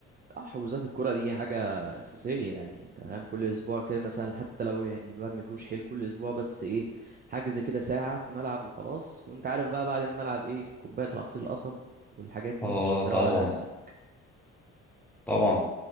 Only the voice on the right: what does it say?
حجوزات الكرة دي حاجة أساسية يعني أنت فاهم كل أسبوع كده مثلا حتى لو يعني الواحد مفيهوش حيل كل أسبوع بس إيه حجز كده ساعة في ملعب وخلاص وأنت عارف بقى بعد الملعب إيه كوباية العصير القصب والحاجات دي
عشان تروق
على نفسك